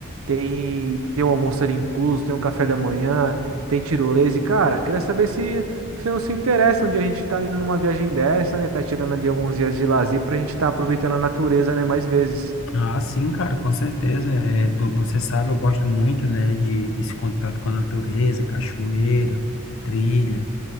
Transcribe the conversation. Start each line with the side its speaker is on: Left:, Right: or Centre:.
Right: Tem, tem o almoço ali incluso, tem um café da manhã, tem tirolesa. E, cara, queria saber se você não se interessa onde a gente tá indo numa viagem dessa, né? Tá tirando ali alguns dias de lazer pra gente tá aproveitando a natureza, né? Mais vezes.
Left: Ah, sim, cara, com certeza. É, tu- você sabe, eu gosto muito, né, de esse contato com a natureza, cachoeira, trilha,